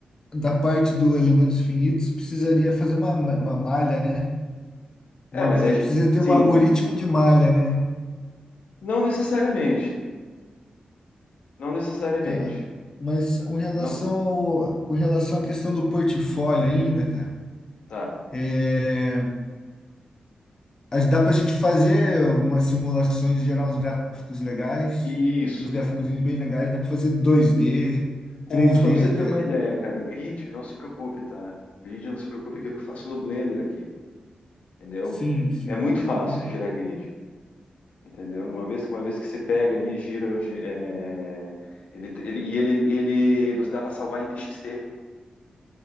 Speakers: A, on the left; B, on the left.
A: da parte do elementos finitos, precisaria fazer uma, uma malha, né?
B: É,
A: Uma,
B: mas é
A: é,
B: ge-
A: precisa ter
B: sim.
A: um algoritmo de malha, né?
B: Não necessariamente. Não necessariamente.
A: Tá. Mas
B: Não,
A: com relação
B: não-
A: ao- com relação à questão do portfólio ainda, cara,
B: tá.
A: é, as- dá para a gente fazer umas simulações, gerar uns gráficos legais,
B: Isso,
A: uns gráficos
B: cara.
A: bem legais, dá para fazer dois d
B: O,
A: três
B: só
A: d
B: para você
A: até.
B: ter uma ideia, cara, grid, não se preocupe, tá? Grid, não se preocupe que eu faço no Blender aqui, entendeu?
A: Sim, sim,
B: É muito
A: aham.
B: fácil de gerar grid. Entendeu? Uma vez, que- uma vez que você pega ali, gira, é, ele, ele, e ele, ele, você dá para salvar em TXT,